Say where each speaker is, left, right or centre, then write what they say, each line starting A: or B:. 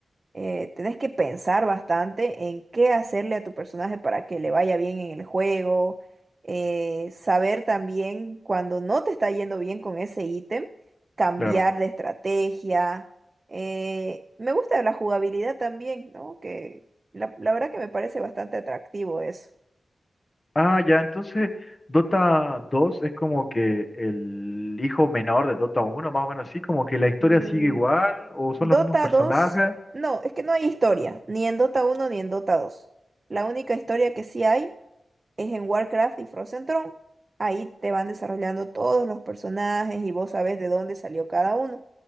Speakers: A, on the right (about 40°); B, on the left (about 30°).
A: eh, tenés que pensar bastante en qué hacerle a tu personaje para que le vaya bien en el juego, eh, saber también cuando no te está yendo bien con ese ítem, cambiar
B: Claro.
A: de estrategia. Eh, me gusta la jugabilidad también, ¿no? Que la, la verdad que me parece bastante atractivo eso.
B: Ah, ya, entonces Dota 2 es como que el hijo menor de Dota 1, más o menos así, como que la historia
A: Mm,
B: sigue igual o son
A: Dota
B: los mismos personajes.
A: dos, no, es que no hay historia, ni en Dota uno ni en Dota dos. La única historia que sí hay es en Warcraft y Frozen Throne. Ahí te van desarrollando todos los personajes y vos sabés de dónde salió cada uno.